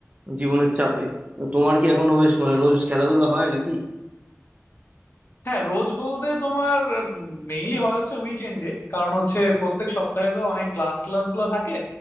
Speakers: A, on the right; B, on the left.
A: জীবনের চাপে তো তোমার কি এখনো বেশ মানে রোজ খেলাধুলা হয় নাকি
B: হ্যাঁ রোজ বলতে তোমার মেইনলি হয় হচ্ছে উইকেন্ডে কারণ হচ্ছে প্রত্যেক সপ্তাহে তো অনেক ক্লাস ক্লাস গুলো থাকে